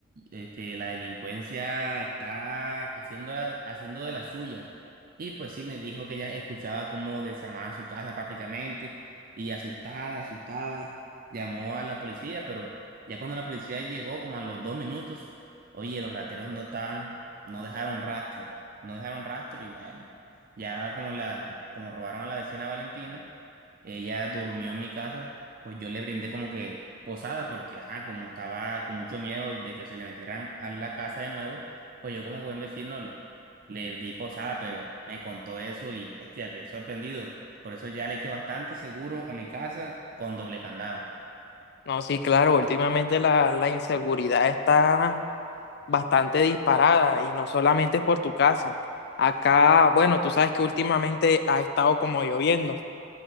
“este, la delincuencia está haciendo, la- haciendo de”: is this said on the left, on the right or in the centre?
Right